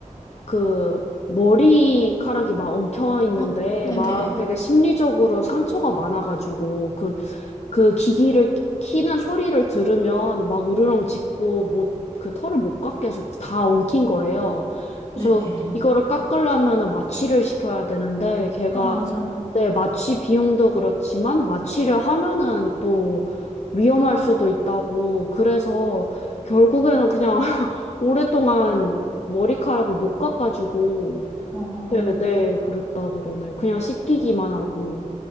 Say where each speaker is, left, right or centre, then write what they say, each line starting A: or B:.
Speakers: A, on the left (about 55°); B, on the left (about 25°).
A: 그 머리카락이 막 엉켜 있는데
B: 어, 네네.
A: 막 되게 심리적으로 상처가 많아가지고 그 그 기기를 키는 소리를 들으면 막 으르렁 짖고 못, 그 털을 못 깎게 해서 다 엉킨 거예요. 그래서
B: 네네.
A: 이거를 깎으려면은 마취를 시켜야 되는데 걔가
B: 어, 맞아.
A: 네, 마취 비용도 그렇지만 마취를 하면은 또 위험할 수도 있다고 그래서 결국에는 그냥 <laughs> 오랫동안 머리카락을 못 깎아주고
B: 어.
A: 네, 네, 그랬다 그러네요. 그냥 씻기기만 하고.